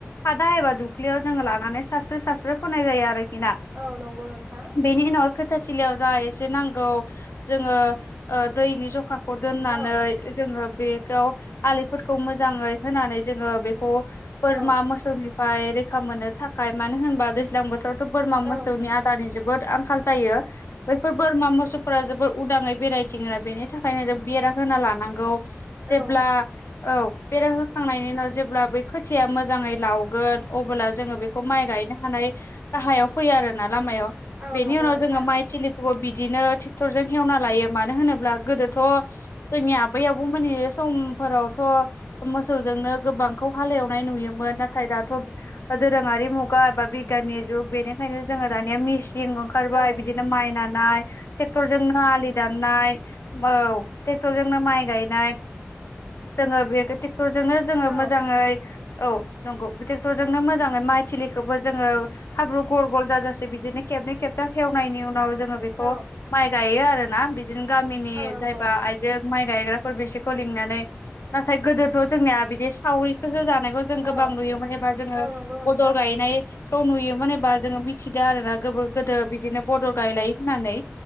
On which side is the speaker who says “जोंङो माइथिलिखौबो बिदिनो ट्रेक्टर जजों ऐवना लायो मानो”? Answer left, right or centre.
Left